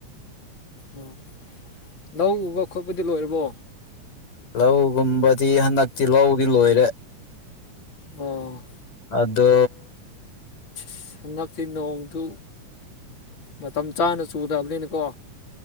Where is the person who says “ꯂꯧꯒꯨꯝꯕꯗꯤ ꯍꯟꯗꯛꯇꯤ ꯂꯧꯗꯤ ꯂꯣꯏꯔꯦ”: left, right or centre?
Left